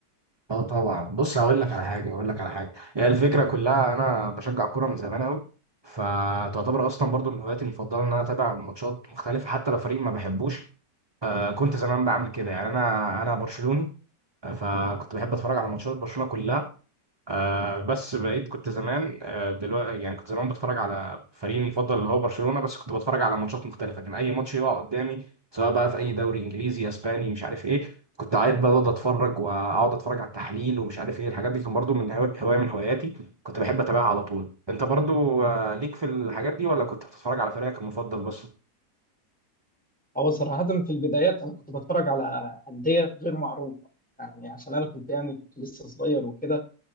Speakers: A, on the right; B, in the centre.
A: اه طبعا بص هقول لك على حاجة هقول لك على حاجة هي الفكرة كلها انا بشجع الكورة من زمان قوي فتعتبر اصلا برضو من هواياتي المفضلة ان انا اتابع ماتشات مختلفة حتى لو فريق ما بحبوش كنت زمان بعمل كده يعني انا انا برشلوني آه، فكنت بحب اتفرج على ماتشات برشلونه كلها آه، بس بقيت كنت زمان دلوقتي يعني كنت زمان بتفرج على فريقي المفضل اللي هو برشلونه بس كنت بتفرج على ماتشات مختلفه كان اي ماتش يقع قدامي سواء بقى في اي دوري انجليزي اسباني مش عارف ايه كنت قاعد بقى اقعد اتفرج واقعد اتفرج على التحليل ومش عارف ايه الحاجات دي كان برضو من هوا- هوايه من هواياتي كنت بحب اتابعها على طول انت برضو آه، ليك في الحاجات دي ولا كنت بتتفرج على فريقك المفضل بس
B: هو صراحة في البدايات أنا كنت بتفرج على أندية غير معروفة يعني عشان أنا كنت يعني كنت لسه صغير وكده